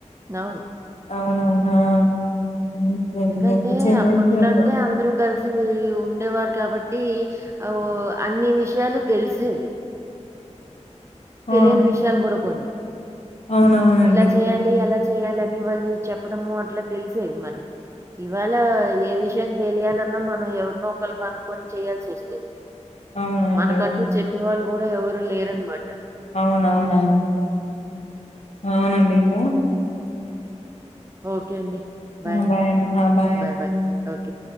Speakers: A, on the right; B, on the left.
A: అవును
B: అవునవునా హ్మ్. ట్రైనింగ్
A: ఎందుకంటే
B: ఎప్పుడు చేంజ్
A: అప్పట్లో
B: అయిద్దో ఏంటో.
A: అంటే అందరూ కలిసి ఉండేవారు కాబట్టి ఔ అన్ని విషయాలు తెలిసేవి
B: ఆ!
A: తెలియని విషయాలు గూడా కొన్ని
B: అవునవునండి.
A: ఇలా చెయ్యాలి అలా చెయ్యాలని వాళ్ళు చెప్పడము అట్లా తెలిసేవి మనకి ఇవాళ ఏ విషయం తెలియాలన్నా మనం ఎవరినో ఒకళని కనుక్కొని చేయాల్సి వస్తుంది
B: అవునండి.
A: మనకంటూ
B: అవును.
A: చెప్పేవాళ్ళు గూడా ఎవరు లేర్నమాట
B: అవునవునవు అవునా నీకు
A: ఓకే అండి బాయ్
B: ఆ!
A: అండి
B: అండి. ఆ! బాయ్.